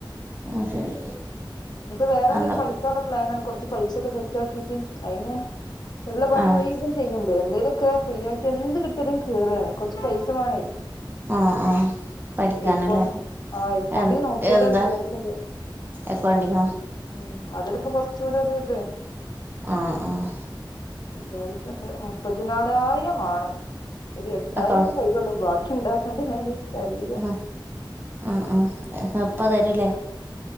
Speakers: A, on the right; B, on the left.
A: ആഹ് ശരി
B: ഇപ്പൊ വേറെ എന്തെങ്കിലും
A: അന്ന്
B: പഠിക്കാനുള്ള പ്ലാനാണ്. കുറച്ച് പൈസൊക്കെ സെറ്റ് ആക്കിട്ട് അയിന് ള്ള പണി
A: ആഹ്
B: മുയ് വൻ ചെയ്യണ്ട്. എന്തേലുമൊക്കെ ഫ്രീ ആയിട്ട് എന്ത് കിട്ട്യലും കേറാണ്. കൊർച്ച് പൈസ വേണേ
A: ആഹ് ആഹ് പഠിക്കാനല്ലേ
B: എക്കോ ആഹ് എക്കോണ്ട്ല്
A: എ
B: നോക്കിയാലോ
A: എന്താ
B: വിചാരിക്ണ്ടേ
A: അക്കൗണ്ടിങ്ങോ
B: ഉം അതില് പ്പോ കൊർചൂടെ ഒരു ഇത്
A: ആഹ് ആഹ്
B: വിചാരിക്കണ്ട് മുപ്പത്തിനാലായിരം വാണം. ഒരു എട്ടായിരംഒക്കെ
A: അക്കൗണ്ട്
B: കൈലുള്ളൂ. ബാക്കി ണ്ടാക്കണ്ടെ ഞാന്. എനിക്കറിയില്ല
A: ഹ്ഹ് ഉം ഉം ഹ് പ്പ തരൂല്ലേ?